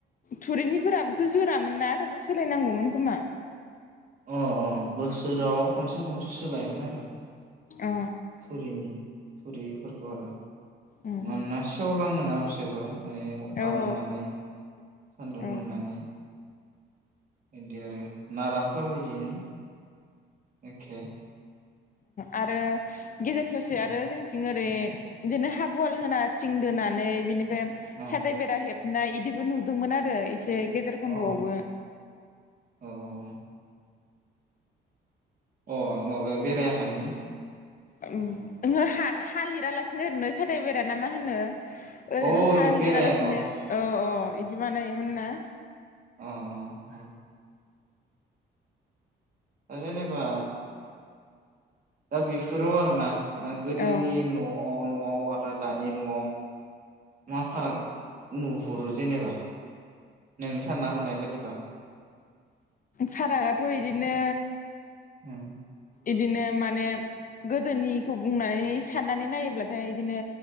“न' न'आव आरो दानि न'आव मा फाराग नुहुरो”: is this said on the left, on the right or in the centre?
Right